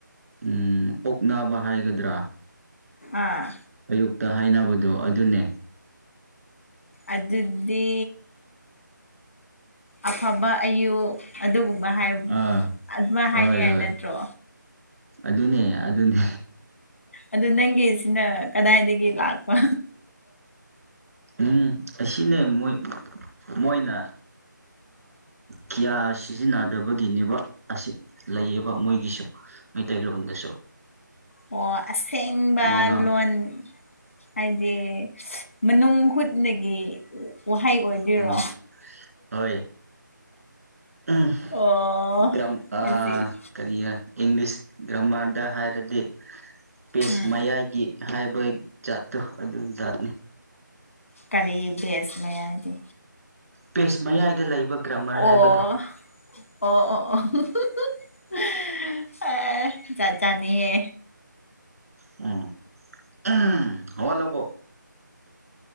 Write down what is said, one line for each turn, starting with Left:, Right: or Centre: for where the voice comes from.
Right: ꯎ ꯑꯣꯛꯅꯕ ꯍꯥꯏꯒꯗ꯭ꯔꯥ
Left: ꯑꯥ
Right: ꯑꯌꯨꯛꯇ ꯍꯥꯏꯅꯕꯗꯣ ꯑꯗꯨꯅꯦ
Left: ꯑꯗꯨꯗꯤ ꯑꯐꯕ ꯑꯌꯨ ꯑꯗꯨꯒꯨꯝꯕ ꯍꯥꯏ
Right: ꯑꯥ
Left: ꯑꯗꯨꯃꯥꯏ
Right: ꯍꯣꯏ
Left: ꯍꯥꯏꯅꯤꯡꯉꯥꯏ
Right: ꯍꯣꯏ
Left: ꯅꯠꯇ꯭ꯔꯣ
Right: ꯑꯗꯨꯅꯦ ꯑꯗꯨꯅꯦ
Left: ꯑꯗꯨ ꯅꯪꯒꯤ ꯁꯤꯅ ꯀꯗꯥꯏꯗꯒꯤ ꯂꯥꯛꯄ
Right: ꯎꯝ ꯑꯁꯤꯅꯦ ꯃꯣꯏ ꯃꯣꯏꯅ ꯀꯌꯥ ꯁꯤꯖꯤꯟꯅꯗꯕꯒꯤꯅꯦꯕ ꯑꯁꯤ ꯂꯩꯌꯦꯕ ꯃꯣꯏꯒꯤꯁꯨ ꯃꯩꯇꯩꯂꯣꯟꯗꯁꯨ
Left: ꯑꯣ ꯑꯁꯦꯡꯕ
Right: ꯃꯉꯥꯡ
Left: ꯂꯣꯟ ꯍꯥꯏꯗꯤ ꯃꯅꯨꯡ ꯍꯨꯠꯅꯒꯤ ꯋꯥꯍꯩ ꯑꯣꯏꯗꯣꯏꯔꯣ
Right: ꯎꯝ ꯍꯣꯏ ꯎꯝ
Left: ꯑꯣ
Right: <unintelligible> ꯑꯥ
Left: ꯑꯁꯤ
Right: ꯀꯔꯤ ꯏꯪꯂꯤꯁ ꯒ꯭ꯔꯥꯃꯥꯔꯗ ꯍꯥꯏꯔꯗꯤ ꯄꯦꯖ
Left: ꯎꯝ
Right: ꯃꯌꯥꯏꯒꯤ ꯍꯥꯏꯕꯣꯏ ꯖꯥꯠꯇꯣ ꯑꯗꯨ ꯖꯥꯠꯅꯤ
Left: ꯀꯔꯤ ꯕꯦꯁ ꯃꯌꯥ ꯍꯥꯏꯗꯤ
Right: ꯄꯦꯖ ꯃꯌꯥꯏꯗ ꯂꯩꯕ ꯒ꯭ꯔꯥꯃꯔ
Left: ꯑꯣ
Right: ꯍꯥꯏꯕꯗꯨ
Left: ꯑꯣ ꯑꯣ ꯑꯣ <unintelligible> ꯑꯦ ꯖꯥꯠꯖꯥꯠꯅꯤꯌꯦ
Right: ꯎꯝ ꯎ ꯍꯒꯜ ꯂꯕꯣ